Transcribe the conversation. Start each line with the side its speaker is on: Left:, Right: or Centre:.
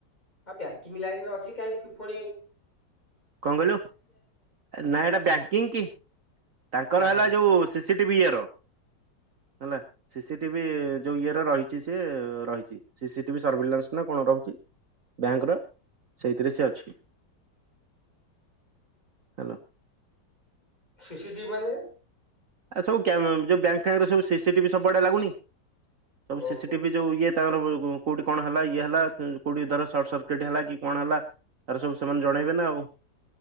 Left: ଆଉ ବ୍ୟାଙ୍କିଙ୍ଗ ଲାଇନରେ କାହିଁକି ଫୁଣି
Right: କଁ କହିଲୁ ନା ସେଟା ବ୍ୟାଙ୍କିଙ୍କ କି, ତାଙ୍କର
Left: ଆଉ
Right: ହେଲା
Left: କଣ?
Right: ଯୋଉ ସି ସି ଟିଭି ଇଏ ର। ହେଲା ସି ସି ଟିଭି ଯୋଉ ଇଏର ରହିଚି ସେ ରହିଚି, ସି ସି ଟିଭି ସର୍ଭିଲାନ୍ସ ନା କଣ ରହୁଚି ବ୍ୟାଙ୍କର ସେଇଥିରେ ସେ ଅଛି। ହ୍ୟାଲୋ।
Left: ସି ସି ଟିଭି ମାନେ?
Right: ଆଉ ସବୁ କ୍ୟାମ ଯୋଉ ବ୍ୟାଙ୍କ ଫ୍ୟାଙ୍କରେ ସବୁ ସି ସି ଟିଭି ସବୁଆଡେ ଲାଗୁନି। ସବୁ ସି
Left: ଓହୋ
Right: ସି ଟିଭି ଯୋଉ ଇଏ ତାଙ୍କର ଉଁ କୋଉଠି କଣ ହେଲା ଇଏ ହେଲା, କୋଉଠି ଧର ସର୍ଟ ସର୍କିଟ ହେଲା କି କଣ ହେଲା ତାର ସବୁ ସେମାନେ ଜଣେଇବେ ନା ଆଉ।